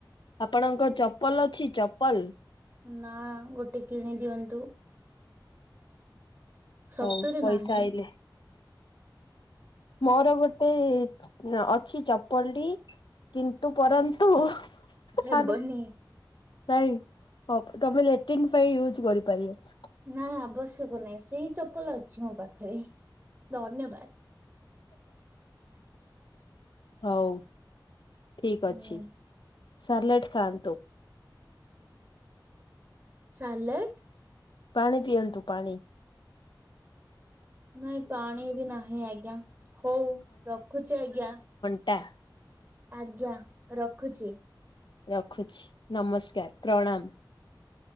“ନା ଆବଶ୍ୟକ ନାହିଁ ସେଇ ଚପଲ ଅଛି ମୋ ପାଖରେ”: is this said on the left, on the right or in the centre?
Right